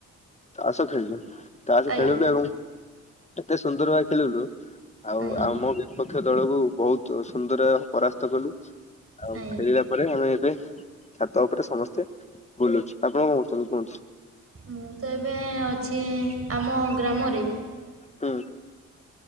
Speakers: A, on the left (about 20°); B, on the right (about 40°).
A: ତାସ ଖେଳିଲୁ, ତାସ
B: ଆଜ୍ଞା
A: ଖେଳିଲୁ ଏବଂ -ଏତେ ସୁନ୍ଦର ଭାବେ ଖେଳିଲୁ
B: ଆଜ୍ଞା
A: ଆଉ ଆମ ବିପକ୍ଷ ଦଳକୁ ବହୁତ ସୁନ୍ଦର ପରାସ୍ତ କଲୁ, ଆଉ
B: ଆଜ୍ଞା
A: ଖେଳିଲା ପରେ ଆମେ ଏବେ ଛାତ ଉପରେ ସମସ୍ତେ ବୁଲୁଚୁ, ଆପଣ କଣ କରୁଛନ୍ତି କୁହନ୍ତୁ?
B: ମୁଁ ତ ଏବେ ଅଛି ଆମ ଗ୍ରାମରେ।
A: ହୁଁ।